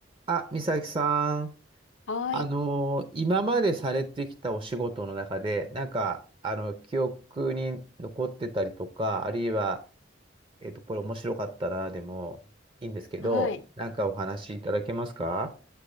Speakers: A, on the right; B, on the left.
A: あ、美咲さん、
B: はい。
A: あのー今までされてきたお仕事の中で、なんか、あの、記憶に残ってたりとか、あるいは、えっと、これ面白かったな、でもいいんですけど、
B: はい。
A: なんかお話いただけますか